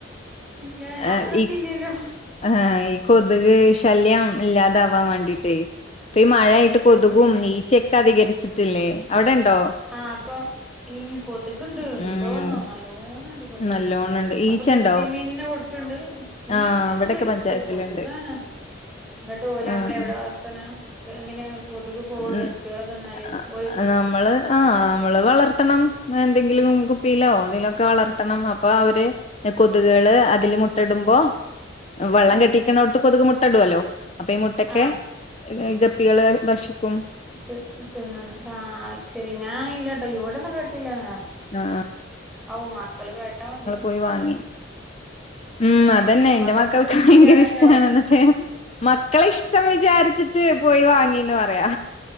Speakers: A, in the centre; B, on the left.
A: ഇല്ല ഞാൻ
B: ഏഹ്
A: കേട്ടില്ലല്ലോ
B: ഇ അങ്ങനാ ഈ കൊതുക് ശല്യം ഇല്ലാതാവാൻ വാണ്ടീട്ടേ ഇപ്പൊ ഈ മഴയായിട്ട് കൊതുകും
A: ഗപ്പി മീനിനെ
B: ഈച്ചെ ക്കെ അധികാരിച്ചിട്ടില്ലേ അവ്ടെണ്ടോ
A: ആഹ് അപ്പൊ ഉം കൊതുക് ഇണ്ട് ഉണ്ടോന്നോ
B: ഉം
A: നല്ലോണംണ്ട് കൊത്ക്
B: നല്ലോണണ്ട് ഈച്ചണ്ടോ
A: അപ്പൊ ഗപ്പി മീനിനെ കൊട്ക്ക്ണ്ട്
B: ആഹ്
A: ഈച്ച
B: ഇവിടെക്കെ
A: ഇണ്ട്
B: പഞ്ചായത്തിലുണ്ട്
A: പക്ഷെ കൊത്കാണ് ന്നട്ട് ഓല
B: ആഹ്
A: അമ്മള് എവടെ വളർ ത്ത്ണ് എങ്ങനെ കൊതുക് പോവാ
B: ഉം
A: ഗപ്പിയാളെ തന്നാല്
B: ആ,
A: ഓര് തിന്നേ
B: നമ്മള് ആഹ് അമ്മള് വളർത്തണം എന്തെങ്കിലും കുപ്പിയിലോ എന്തേലൊക്കെ വളർത്തണം അപ്പൊ അവര് എഹ് കൊത്ക്കള് അതില് മുട്ട ഇടുമ്പോ വള്ളം
A: ആഹ്
B: കെട്ടിക്ക്ണോട്ത്ത് കൊതുക് മുട്ട ഇടുവല്ലോ അപ്പൊ ഈ മുട്ടക്കെ
A: ആഹ്
B: ഈ ഗപ്പികള് ഭക്ഷിക്കും
A: ട്ട് തിന്ന്ണ് ആഹ് അയ് ശെരി ഞാൻ ഇല്ലാട്ടോ ഇവിടെന്നും കേട്ടിട്ടില്ലങ്ങനെ
B: ആഹ് ആഹ്
A: ഔ മക്കള് കേട്ടാ മതിയാവും
B: പോയി വാങ്ങി ഉം
A: ഏഹ്
B: അതന്നെ ഇന്റെ മക്കൾക്ക്
A: ഇഷ്ടാണല്ലോ
B: ഭയങ്കര ഇഷ്ടമാണ്ന്നൊക്കെ മക്കളെ ഇഷ്ടള്ള ഇത്‌ വിചാരിച്ചിട്ട് പോയി വാങ്ങീന്ന് പറയാ